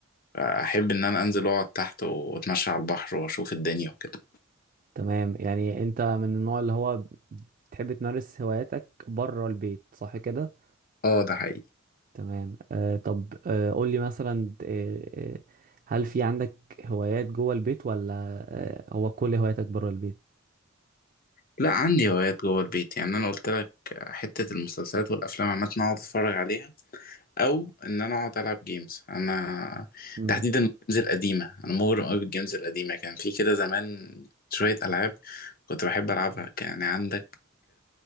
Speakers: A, on the left; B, on the right.
A: احب ان انا انزل واقعد تحت واتمشى على البحر واشوف الدنيا وكده
B: تمام يعني انت من النوع اللي هو تحب تمارس هواياتك بره البيت صح كده
A: اه ده حقيقي
B: تمام آه طب آه قول لي مثلا آه آه هل في عندك هوايات جوه البيت ولا آه هو كل هواياتك بره البيت
A: لا عندي هوايات جوه البيت يعني انا قلت لك حته المسلسلات والافلام عامه أنا اقعد اتفرج عليها او ان انا اقعد العب جيمز انا
B: امم
A: تحديدا الجيمز القديمه انا مغرم قوي بالجيمز القديمه كان في كده زمان شويه العاب كنت بحب العبها يعني عندك